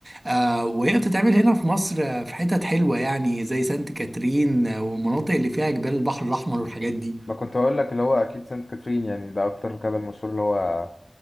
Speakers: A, on the right; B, on the left.
A: آه وهي بتتعمل هنا في مصر آه، في حتت حلوة يعني زي سانت كاترين آه، والمناطق اللي فيها جبال البحر الأحمر والحاجات دي
B: ما كنت اقول لك اللي هو اكيد سانت كاترين يعني ده اكتر جبل مشهور اللي هو